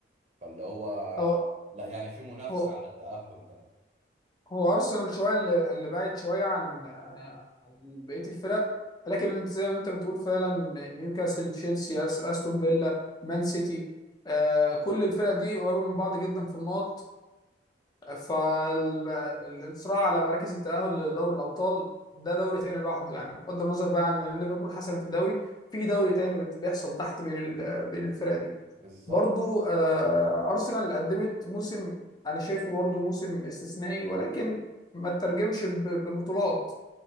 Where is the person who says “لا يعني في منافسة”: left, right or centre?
Right